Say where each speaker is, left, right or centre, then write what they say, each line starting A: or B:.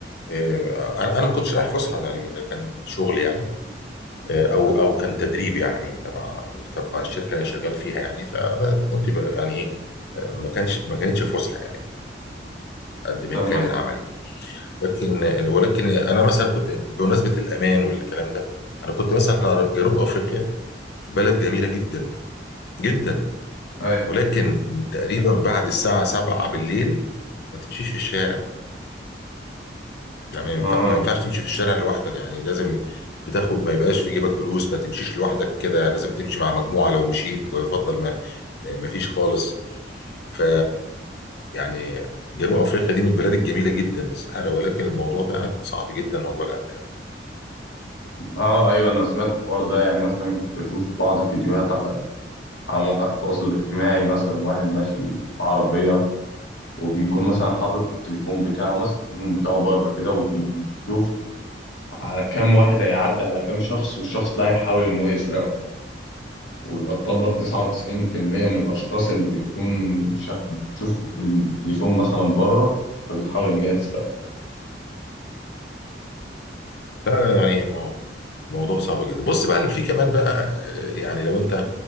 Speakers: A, on the left; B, on the left.
A: آه، انا انا ما كنتش رايح فسحه يعني ده كان شغل يعني آه، او
B: تمام
A: او كان تدريب يعني تبع تبع الشركه اللي انا شغال فيها يعني ف- فكنت ب- يعني ايه آه، ما كانش ما كانتش فسحه يعني قد ما
B: تمام
A: كانت عملي لكن ولكن انا مثلا كنت بمناسبه الامان والكلام ده انا كنت مثلا أرى جنوب افريقيا بلد جميله جدا جدا
B: أيوه
A: ولكن تقريبا بعد الساعه 7 بالليل ما تمشيش في الشارع يعني ما ينفع-
B: اه
A: ما ينفعش تمشي في الشارع لوحدك يعني لازم بتاخد ما يبقاش في جيبك فلوس ما تمشيش لوحدك كده لازم تمشي مع مجموعه لو مشيت ويفضل مفيش خالص ف يعني جنوب افريقيا دي من البلاد الجميله جدا الصحراء ولكن الموضوع ده هناك صعب جدا موضوع الامن ده
B: اه ايوه انا سمعت الحوار ده يعني مثلا كنت بشوف بعض فيديوهات على على مواقع التواصل الاجتماعي مثلا واحد ماشي بعربية وبيكون مثلا حاطط التليفون بتاعه ماسك التليفون بتاعه بره كده وبيشوف على كام واحد هيعدي على كام شخص والشخص ده هيحاول ان هو يسرقه ويعتبر 99% من الاشخاص اللي بيكون شاف بتشوف التليفون مثلا بره فبتحاول ان هي تسرقه
A: لا يعني مو- موضوع صعب جدا بص بقى في كمان بقى آه، يعني لو انت